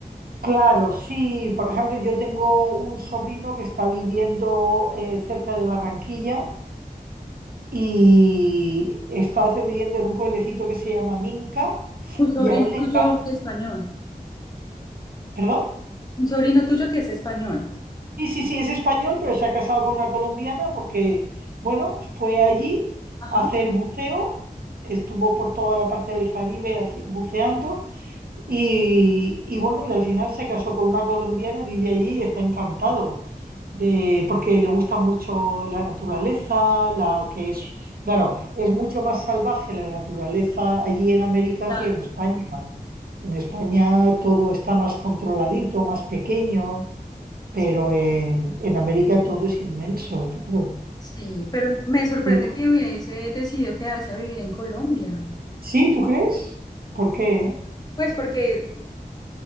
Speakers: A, on the right; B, on the left.
A: Claro, sí. Por ejemplo, yo tengo un sobrino que está viviendo eh, cerca de Barranquilla y está viviendo en un pueblecito que se llama Minca
B: Un sobrino
A: y a él le
B: tuyo
A: encanta,
B: español,
A: perdón,
B: un sobrino tuyo que es español.
A: sí, sí, sí, es español, pero se ha casado con una colombiana porque, bueno, fue allí
B: Ajá.
A: a hacer buceo, estuvo por toda la parte del Caribe haci- buceando Y, y bueno, y al final se casó con una colombiana y vive allí y está encantado de, porque le gusta mucho la naturaleza, la que es, claro, es mucho más salvaje la naturaleza allí en América
B: ya,
A: que en España. En España todo está más controladito, más pequeño,
B: Sí,
A: pero en, en América todo es inmenso, claro.
B: sí, pero me sorprende
A: Sí,
B: que hubiese decidido quedarse a vivir en Colombia.
A: Sí, ¿tú crees? ¿Por qué?
B: Pues porque,